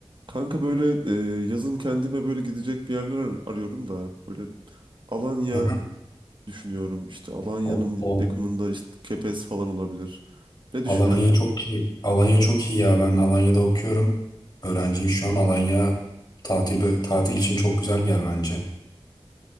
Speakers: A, on the right (about 50°); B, on the left (about 45°).
A: Kanka böyle e, yazın kendime böyle gidecek bir yerler ar- arıyorum da böyle Alanya
B: Hı hı.
A: düşünüyorum. İşte Alanya'nın
B: O, o.
A: yakınında işte Kepez falan olabilir. Ne
B: Alanya
A: düşünüyorsun?
B: çok iyi. Alanya çok iyi ya. Ben Alanya'da okuyorum. Öğrenciyim şu an. Alanya tatil bö- tatil için çok güzel bir yer bence.